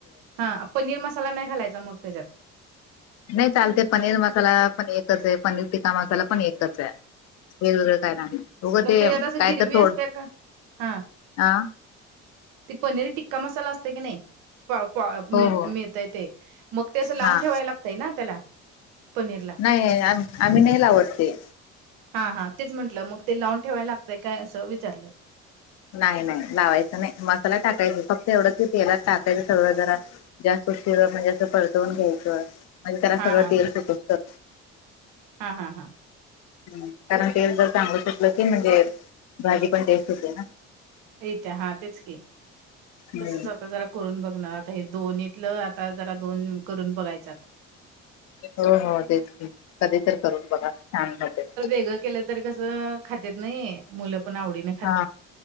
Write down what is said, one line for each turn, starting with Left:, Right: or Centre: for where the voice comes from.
Right: हा पनीर मसाला नाही घालायचा मग त्याच्यात.
Left: नाही चालते पनीर मसाला पण एकच आहे, पनीर टिक्का मसाला पण एकच आहे. वेगवेगळं काय नाही, उग
Right: मग
Left: ते
Right: त्याच्यात असं
Left: काय
Right: गिरवी
Left: तर थोड
Right: असत्या का हा
Left: अ...
Right: ते पनीर टिक्का मसाला असते की नाही. प मि
Left: हो हो
Right: मिळतय ते मग ते असं लावून
Left: हा
Right: ठेवाय लागतय ना त्याला. पनीरला
Left: नाही आम्ही नाही लावतते.
Right: हा हा तेच म्हंटलं मग ते लावून ठेवायला लागतय काय असं विचारलं.
Left: नाही नाही लावायचं नाही मसाला टाकायचा फक्त एवढंच तेलात टाकायचं सगळं जरा. जास्त उशीर म्हणजे असं परतवून घ्यायचं म्हणजे त्याला
Right: हा
Left: सगळं
Right: हा
Left: तेल सुटसतर.
Right: हा हा हा.
Left: ह कारण तेल जर चांगलं सुटलं की म्हणजे भाजी पण टेस्ट होते ना.
Right: रित्या हा तेच की
Left: हम्म.
Right: तसच आता जरा. करून बघणार आता हे दोन्हीतलं आता जरा दोन करून बघायचं आता
Left: हो हो तेचकी कधी तर करून बघा छान होते.
Right: <unintelligible> केल. तर कस खातेत नाही मुलं पण आवडीन
Left: हा,